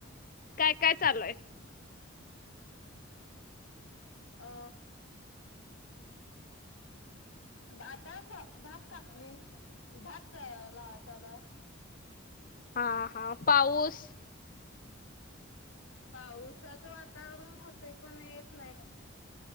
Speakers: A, on the left; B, on the left.
A: काय काय चालू आहे
B: <inaudible> अ आता भाप कापनी भात च लावाय चालूय
A: हा, हा पाऊस
B: पावसाचं वातावरण होतंय पण येत नाही